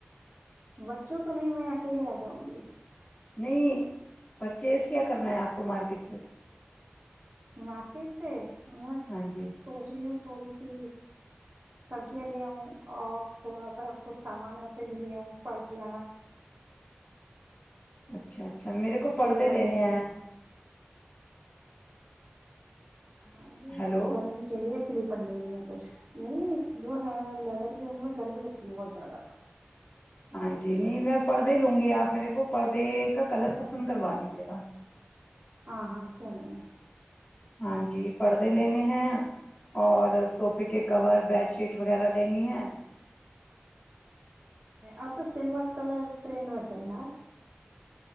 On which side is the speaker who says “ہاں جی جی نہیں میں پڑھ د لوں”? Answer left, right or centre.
Left